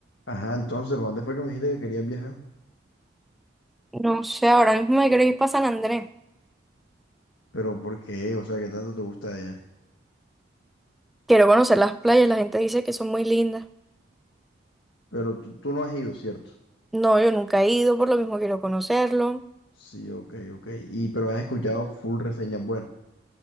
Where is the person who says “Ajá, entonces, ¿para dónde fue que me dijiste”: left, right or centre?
Left